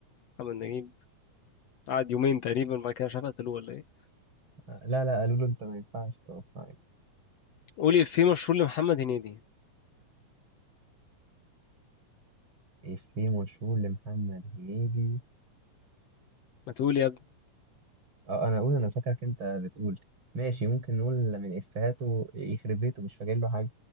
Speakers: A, on the left; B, on the right.
A: محمد نجيب قعد يومين تقريبا بعد كده مش عارف قتلوه ولا ايه
B: آه، لا لا قالوا له أنت ما ينفعش تقف
A: قولي في مشهور لمحمد هنيدي
B: إفيه مشهور لمحمد هنيدي
A: ما تقول يا ابني
B: اه انا اقول انا فاكرك انت بتقول ماشي ممكن نقول من افهاته يخرب بيته مش فاكر له حاجه